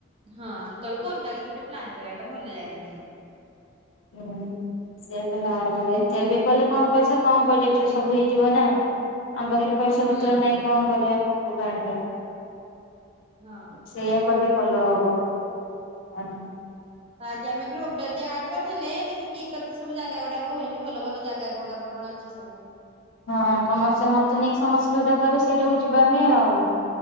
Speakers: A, on the right; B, on the left.
A: ହଁ ସେତେବେଳକୁ ଅଲଗା କିଛି ଗୋଟେ ପ୍ଲାନ କରିବା ଗୋଟେ ଭଲ ଜାଗା ଦେଖି । କି
B: ହୁଁ ସେୟା କଲେ ହବ ଏତେ ବି କଲେ କମ ପଇସା କମ ବଜେଟ ରେ ସବୁ ହେଇଯିବ ନା । ଆମ ପାଖରେ ପଇସା
A: ହୁଁ।
B: ପତ୍ର ନାଇଁ କଣ କରିବା । ସୁଦ ଆଣିବା।
A: ହଁ।
B: ସେଇୟା କଲେ। ଭଲ ହବ ହଁ।
A: ଆଜି ଆମେ ଗ୍ରୁପ ଟା ଆଡ କର ଦେଲେ ଦେଖିକି ଏକାଥେ ସବୁ ଜାଗା ଗୁଡା କହୁଛନ୍ତି ଭଲ ଭଲ ଜାଗା କୋଉଟା କଣ କଣ ଅଛି ସବୁ।
B: ହଁ ସମସ୍ତେ ମତେ ନେଇକି ସମସ୍ତେ ଯୋଉଟା କହିବେ ସେଇଟାକୁ ଯିବା ଆମେ ଆଉ।